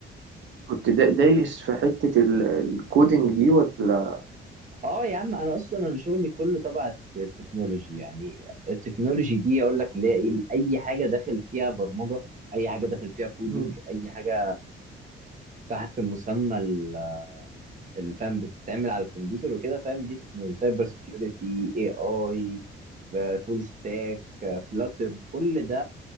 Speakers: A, on the right (about 70°); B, on the right (about 40°).
A: كنت دا- دايس في حتة ال- الكودينج دي ولا
B: اه يا عم انا اصلا انا شغلي كله تبع التكنولوجي يعني التكنولوجي دي اقول لك اللي هي ايه اي حاجه داخل فيها برمجه اي حاجه داخل فيها كودينج
A: مم.
B: اي حاجه تحت مسمى ال- الفهم بتتعمل على الكمبيوتر وكده فاهم دي تكنولوجي سايبر سكيورتي اي اي فول ستاك فلاتر كل ده